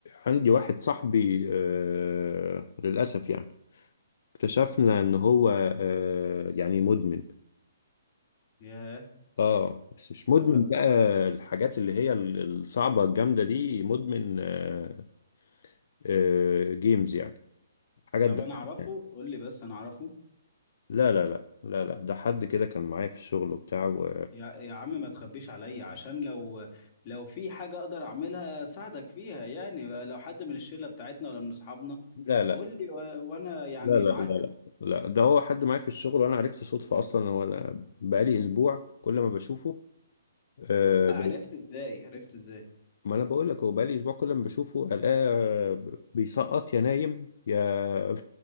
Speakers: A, on the left; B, on the left.
A: عندي واحد صاحبي آه للأسف يعني اكتشفنا إن هو آه يعني مدمن
B: ياه
A: اه بس مش مدمن
B: طب
A: بقى الحاجات اللي هي ال- الصعبة الجامدة دي مدمن آه آه جيمز يعني حاجات
B: طب
A: ده
B: انا اعرفه
A: يعني
B: قول لي بس انا اعرفه
A: لا لا لا لا لا ده حد كده كان معايا في الشغل وبتاع و...
B: يا يا عم ما تخبيش عليا عشان لو لو في حاجة اقدر اعملها ساعدك فيها يعني لو حد من الشلة بتاعتنا ولا من اصحابنا
A: لا لا
B: قول لي و... وانا يعني
A: لا لا
B: معاك
A: لا لا لا ده هو حد معايا في الشغل وانا عرفته صدفة اصلا هو انا بقالي اسبوع كل ما بشوفه آه،
B: لا عرفت ازاي عرفت ازاي
A: ما انا بقول لك هو بقالي اسبوع كل ما بشوفه الاقيه بيسقط يا نايم يا